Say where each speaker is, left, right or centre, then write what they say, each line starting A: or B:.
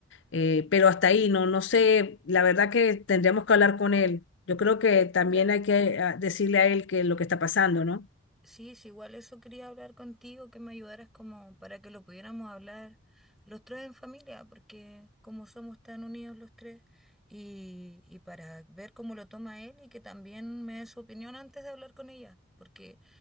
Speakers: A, on the left; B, in the centre.
A: Eh, pero hasta ahí, no, no sé, la verdad que tendríamos que hablar con él. Yo creo que también
B: claro.
A: hay que ah, decirle a él que lo que está pasando, ¿no?
B: Sí, sí, igual eso quería hablar contigo, que me ayudaras como para que lo pudiéramos hablar los tres en familia, porque como somos tan unidos los tres, y, y para ver cómo lo toma él y que también me dé su opinión antes de hablar con ella, porque